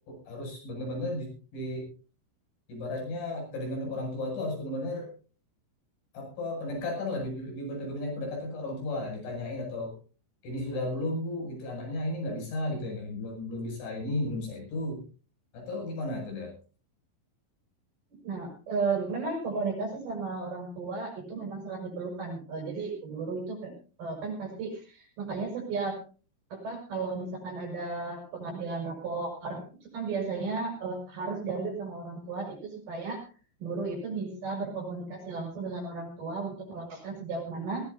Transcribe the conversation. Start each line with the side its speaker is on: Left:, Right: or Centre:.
Left: harus benar-benar di, di ibaratnya ke dengan orang tua itu harus benar-benar apa pendekatan lah, lebih, lebih lebih banyak pendekatan ke orang tua ditanyain atau ini sudah belum bu gitu anaknya ini nggak bisa gitu ya nggak belum belum bisa ini belum bisa itu Atau gimana itu Del?
Right: Nah, eh, memang komunikasi sama orang tua itu memang sangat diperlukan. Eh, jadi guru itu eh, kan pasti makanya setiap apa kalau misalkan ada pengambilan rapor itu kan biasanya eh, harus diambil sama orang tua itu supaya guru itu bisa berkomunikasi langsung dengan orang tua untuk melaporkan sejauh mana